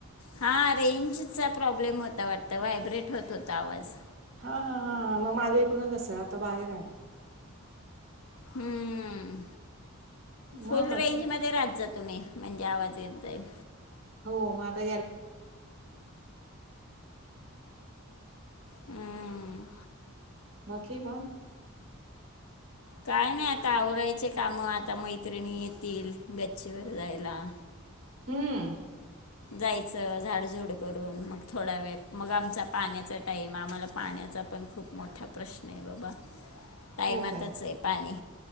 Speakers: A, on the left (about 85°); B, on the right (about 70°).
A: हां... रेंजचा प्रॉब्लेम होता वाटतं... व्हायब्रेट होत होता आवाज
B: हा हा हा हा... मग माझ्या इकडूनच असेल... आता बाहेर ए
A: हम्म
B: मग
A: फुल
B: बाकी
A: रेंजमध्ये राहत जा, तुम्ही म्हणजे आवाज येत जाईल,
B: हो मग आता,
A: हम्म.
B: बाकी मग.
A: काय नाही आता आवरायचे काम आता मैत्रिणी येतील गच्चीवर जायला.
B: हम्म.
A: जायचं झाडझुड करून मग थोडा वेळ मग आमचा पाण्याचा टाइम आम्हाला पाण्याचा पण खूप मोठा प्रश्न आहे बाबा टायमातच
B: हो काय
A: आहे पाणी.